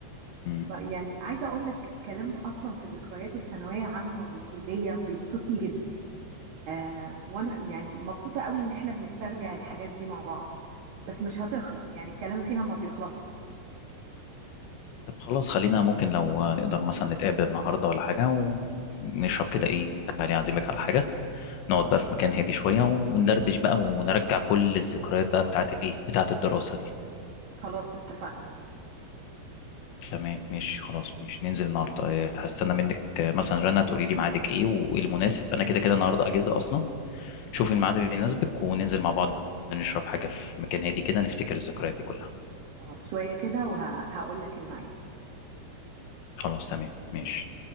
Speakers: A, on the left; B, on the right.
A: مم.
B: ف يعني عايزه اقول لك كلام اصلا في ذكريات الثانويه العامه والكليه بيبسطني جدا آه وانا يعني مبسوطه قوي ان احنا بنسترجع الحاجات دي مع بعض بس مش هتخلص يعني الكلام فيها ما بيخلص
A: طب خلاص خلينا ممكن لو نقدر مثلا نتقابل النهارده ولا حاجه ونشرب كده ايه تعالي اعزمك على حاجه نقعد بقى في مكان هادي شوية وندردش بقى ونرجع كل الذكريات بقى بتاعت الإيه بتاعت الدراسة دي
B: خلاص اتفقنا
A: تمام ماشي خلاص ماشي ننزل النهاردة آه، هستنى منك آه، مثلا رنا تقولي لي ميعادك إيه وإيه المناسب أنا كده كده النهاردة أجازة أصلا شوفي الميعاد اللي يناسبك وننزل مع بعض نشرب حاجة في مكان هادي كده نفتكر الذكريات دي كلها
B: خلاص شويه كده وهقول لك الميعاد
A: خلاص تمام ماشي